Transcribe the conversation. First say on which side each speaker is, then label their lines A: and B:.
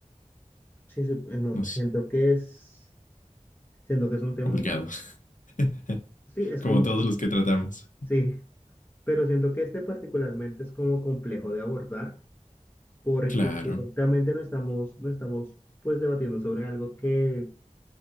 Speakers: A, on the left (about 15°); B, on the left (about 90°).
A: sí, sí, no,
B: No
A: siento
B: sé,
A: que es, siento que es un tema
B: complicado.
A: un poco,
B: <laughs>
A: sí, es
B: Como
A: como,
B: todos
A: com-
B: los que tratamos.
A: sí, pero siento que este particularmente es como complejo de abordar porque
B: Claro,
A: directamente no estamos, no estamos pues debatiendo sobre algo que,